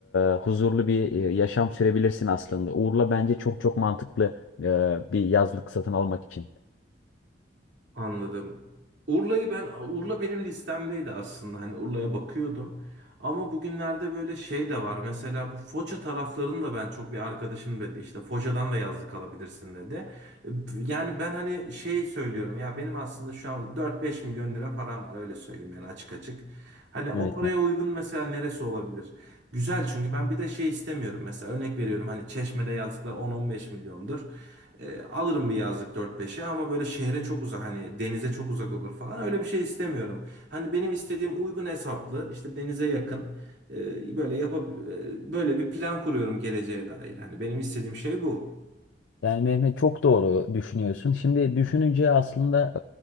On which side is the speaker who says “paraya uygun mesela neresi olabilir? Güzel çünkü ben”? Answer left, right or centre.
Right